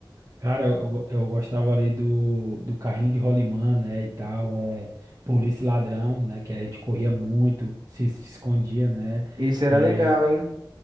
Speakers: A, on the right; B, on the right.
A: Cara, eu, eu eu gostava ali do, do carrinho de rolimã, né, e tal, é, polícia e ladrão, né, que a gente corria muito, se, se escondia, né,
B: Esse era
A: é,
B: legal, hein?